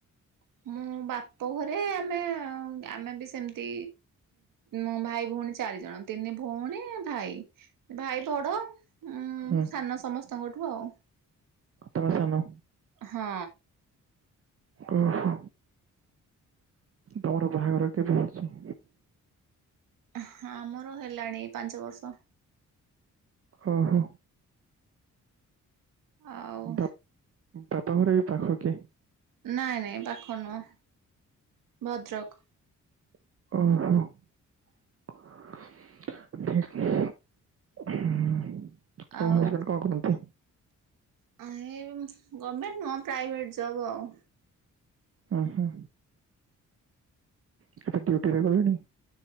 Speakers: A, on the right; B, on the right.
A: ମୁଁ। ବାପ ଘରେ ଆମେ ଆମେ ବି ସେମିତି ମୋ ଭାଇ, ଭଉଣୀ ଚାରିଜଣ। ତିନି ଭଉଣୀ, ଭାଇ, ଭାଇ ବଡ଼। ଉଁ
B: ହୁଁ
A: ସାନ ସମସ୍ତଙ୍କଠୁ ଆଉ।
B: ତମେ ସାନ।
A: ହଁ।
B: ଓହୋ। ତମର ବାହାଘର କେବେ ହେଉଛି?
A: ହଁ ଆମର ହେଲାଣି ପାଞ୍ଚ ବର୍ଷ।
B: ଓ ହୋ।
A: ଆଉ।
B: ବା ବାପା ଘରେ ଏଇ ପାଖ କି?
A: ନାଇଁ, ନାଇଁ ପାଖ ନୁହ ଭଦ୍ରକ।
B: ଓହୋ। <unintelligible> ଆଉ ହଜବେଣ୍ଡ କଣ
A: ଆଉ
B: କରନ୍ତି?
A: <unintelligible> ଗଭର୍ଣମେଣ୍ଟ ନୁହଁ ପ୍ରାଇଭେଟ ଜବ୍ ଆଉ।
B: ଓ ହୋ। ଏବେ ଡ୍ୟୁଟି ରେ ଗଲେଣି?